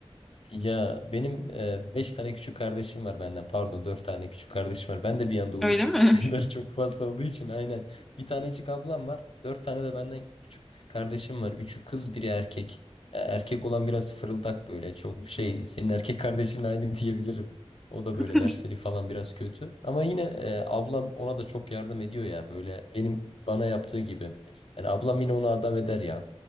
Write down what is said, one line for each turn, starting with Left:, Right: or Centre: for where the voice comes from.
Left: Ya benim e, beş tane küçük kardeşim var benden. Pardon dört tane küçük kardeşim var. Ben de bir anda unuttum.
Centre: Öyle mi?
Left: <laughs> Sayıları çok fazla olduğu için aynen. Bir tanecik ablam var. Dört tane de benden küçük kardeşim var. Üçü kız biri erkek. E, Erkek olan biraz fırıldak böyle. Çok şey senin erkek kardeşinle aynı <laughs> diyebilirim. O da
Centre: <laughs>
Left: böyle dersleri falan biraz kötü. Ama yine e, ablam ona da çok yardım ediyor ya. Böyle benim bana yaptığı gibi. Yani ablam yine onu adam eder ya.